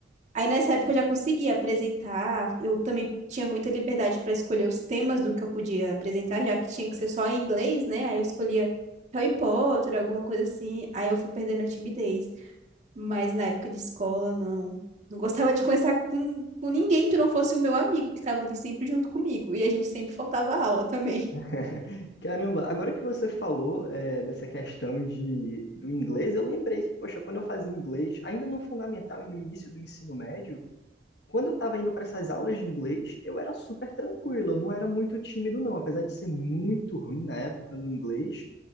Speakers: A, on the right; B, on the left.
A: Aí nessa época eu já conseguia apresentar, eu também tinha muita liberdade para escolher os temas do que eu podia apresentar, já que tinha que ser só em inglês, né? Aí eu escolhia Harry Potter, alguma coisa assim. Aí eu fui perdendo a timidez. Mas na época de escola, não. Não gostava de conversar com, com ninguém que não fosse o meu amigo, que estava ali sempre junto comigo. E a gente sempre faltava aula também.
B: <laughs> caramba, agora que você falou é, dessa questão de, do inglês, eu lembrei que, poxa, quando eu fazia inglês, ainda no fundamental e no início do ensino médio, quando eu estava indo para essas aulas de inglês, eu era super tranquilo, eu não era muito tímido, não, apesar de ser muito ruim na época no inglês,